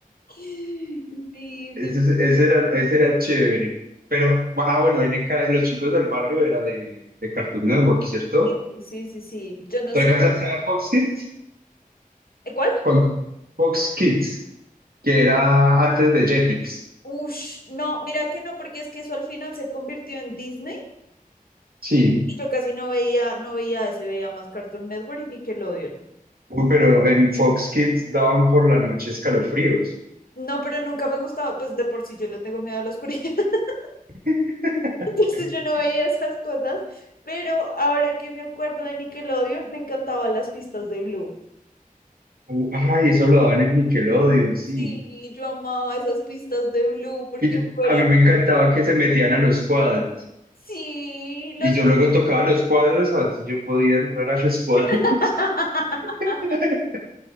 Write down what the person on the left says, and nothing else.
Sí, sí,
sí, sí, sí. sí. Yo no
sé.
¿Eh, ¿Cuál?
Ush, no, mira que no, porque es que eso al final se convirtió en Disney.
y Yo casi no veía, no veía ese, veía más Cartoon Network y Nickelodeon.
No, pero nunca me gustaba, pues de por sí yo le tengo miedo a la oscuridad, <laughs>
entonces yo no veía esas cosas, pero ahora que me acuerdo de Nickelodeon, me encantaban las pistas de Blue.
Sí, yo amaba esas pistas de Blue porque
fueran.
Sí, los
dos.
<laughs>